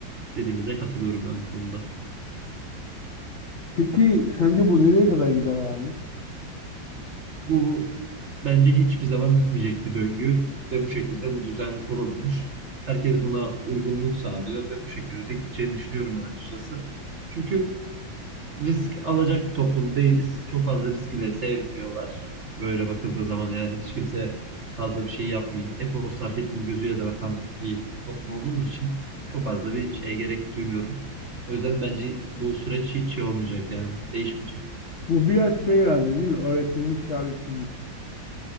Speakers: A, on the right (about 50°); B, on the left (about 55°).
A: Dediğinize katılıyorum ben bu konuda.
B: Peki sence bu nereye kadar gider abi?
A: Bu bence hiçbir zaman bitmeyecek bir döngü ve bu şekilde bu düzen kurulmuş. Herkes buna uygunluk sağlıyor ve bu şekilde de gideceğini düşünüyorum ben açıkçası. Çünkü risk alacak bir toplum değiliz. Çok fazla riski de sevmiyorlar. Böyle bakıldığı zaman yani hiç kimse fazla bir şey yapmayayım, efor sarf etmeyeyim gözüyle de bakan bir toplum olduğumuz için çok fazla bir şeye gerek duymuyorum. O yüzden bence bu süreç hiç şey olmayacak yani değişmeyecek.
B: Bu biraz şey herhalde değil mi? Öğretilmiş çaresizlik.